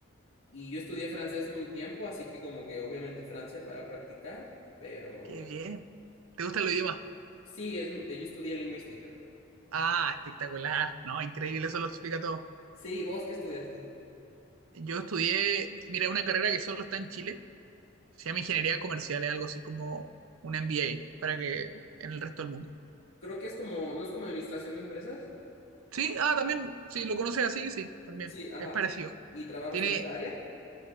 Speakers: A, on the left (about 80°); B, on the right (about 90°).
A: Y yo estudié francés un tiempo, así que como que obviamente Francia para practicar, pero
B: Qué bien. ¿Te gustan los idiomas?
A: Sí, es, yo estudié lingüística.
B: Ah, espectacular, ¿no? Increíble, eso lo explica todo.
A: Sí, ¿vos qué estudiaste?
B: Yo estudié, mira, una carrera que solo está en Chile, se llama Ingeniería Comercial, es algo así como un MBA, para que en el resto del mundo.
A: Creo que es como, ¿no es como administración de empresas?
B: Sí, ah, también, si lo conoces así, sí, también,
A: Sí, ajá.
B: es parecido.
A: ¿Y trabajas
B: Tiene,
A: en esa área?